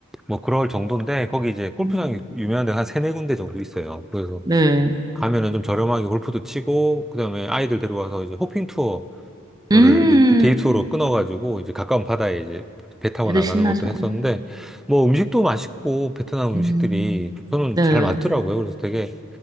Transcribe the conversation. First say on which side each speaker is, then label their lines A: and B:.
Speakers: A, in the centre; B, on the right (about 20°).
A: 뭐 그럴 정도인데 거기 이제 골프장이
B: 음.
A: 유명한 데가 한 세네 군데 정도 있어요. 그래서
B: 네.
A: 가면은 좀 저렴하게 골프도 치고 그다음에 아이들 데려와서 이제 호핑 투어 거를
B: 음,
A: 데이투어로 끊어가지고 이제 가까운 바다에 이제 배 타고
B: 애들
A: 나가는
B: 신나죠.
A: 것도 했었는데 뭐 음식도 맛있고 베트남 음식들이
B: 음,
A: 저는
B: 네.
A: 잘 맞더라고요. 그래서 되게